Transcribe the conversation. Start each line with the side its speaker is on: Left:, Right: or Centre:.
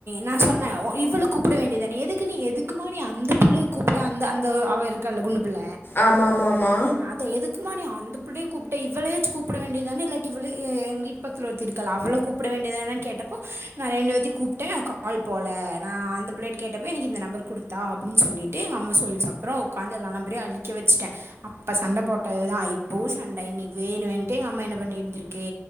Right: நா சொன்னேன் இவ்வுளு கூப்பிட வேண்டியதான நீ எதுக்கு நீ எதுக்குமா நீ அந்த புள்ளைய கூப்பிட்ட அந்த அந்த அவ இருக்கால குண்டு ல
Left: ஆமா ஆமா ஆமா
Right: அ எதுக்குமா நீ அந் ள்ளைய கூப்பிட்ட இவ்வளே கூப்பிட வேண்டிய தானே இல்லாட்டி இவள எங்கி பக்கத்துல ஒருத்தி இருக்காளா அவள கூப்பிட வேண்டியதுதானேனு கேட்டப்போ நா ரெண்டு பேத்தையும் கூப்பிட்டேன் நா கால் போள நா அந்த பிள்ளைகிட்ட கேட்டப்போ எனக்கு இந்த நம்பர் குடுத்தா அப்டின்னு சொல்லிட்டு எங்க அம்மா சொன்னப்போ உக்காந்து எல்லா நம்பரையும் அழிக்க வச்சிட்டேன் அப்ப சண்டை போட்டதுதான் இப்பவும் சண்டை இன்னைக்கு வேணும்னே எங்க அம்மா என்ன பண்ணிட்டு இருந்துருக்கு